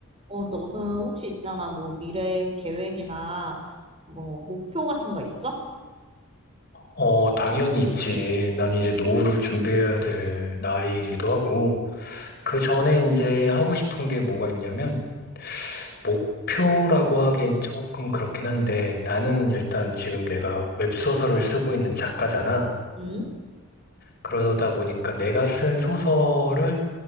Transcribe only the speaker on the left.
어, 당연히 있지. 난 이제 노후를 준비해야 될 나이이기도 하고, 그 전에 이제 하고 싶은 게 뭐가 있냐면, 목표라고 하기엔 조금 그렇긴 한데, 나는 일단 지금 내가 웹소설을 쓰고 있는 작가잖아.
그러다 보니까 내가 쓴 소설을